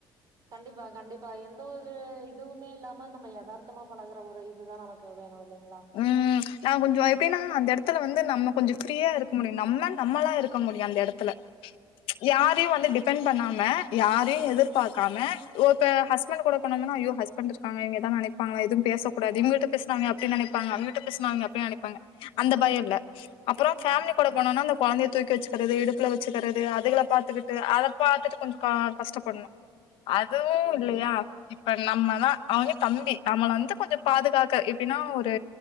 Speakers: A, on the right (about 45°); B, on the left (about 75°).
A: கண்டிப்பா வா கண்டிப்பா எந்த ஒரு இதுவுமே இல்லாம நம்ம எதார்த்தமா பழகற ஒரு இதுதா நமக்கு வேணு இல்லைங்களா
B: ம் நா கொஞ்சோ எப்டின்னா அந்த எடத்துல வந்து நம்ம கொஞ்ச ஃப்ரீயா இருக்க முடியு நம்ம நம்மலா இருக்க முடியு அந்த எடத்துல யாரையு வந்து டிபெண்ட் பண்ணாம யாரையு எதிர்பாக்காம ஓ இப்ப ஹஸ்பண்ட் கூட போணோம்னா ஐயோ ஹஸ்பண்ட் இருக்காங்க இவங்க எதா நெனைப்பாங்களா எது பேசக்கூடாது இவங்கிட்ட பேசினாங்க அப்டின் நெனைப் பாங்க அவங்ககிட்ட பேச அவங்க அப்டி நெனைப்பாங்க அந்த பயோ இல்ல அப்புறோ ஃபேமிலி
A: ம்
B: கூட போனோனா அந்த கொழந்தைய தூக்கி வச்சுக்கிறது இடுப்புல வச்சிக்கிறது அதுகள பாத்துக்கிட்டு அத பாத்துட்டு கொஞ்சோ கா கஷ்டப்பட்ணு அதுவு இல்லையா இப்ப நம்மதா அவங்க தம்பி நம்மள வந்து கொஞ்சோ பாதுகாக்க எப்டின்னா ஒரு